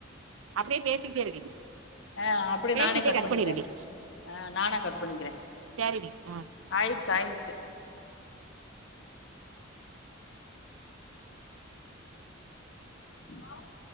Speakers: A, on the right; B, on the left.
A: அப்டியே பேசிகிட்டே இருடி
B: அ அப்டியே
A: பேசிட்டே
B: நானே கட் பண்ணிக்ற
A: பண்ணிருடி
B: அ நானா கட் பண்ணிக்ற
A: சரிடி ஆ
B: ஆய்ருச்சு ஆய்ருச்சு <unintelligible>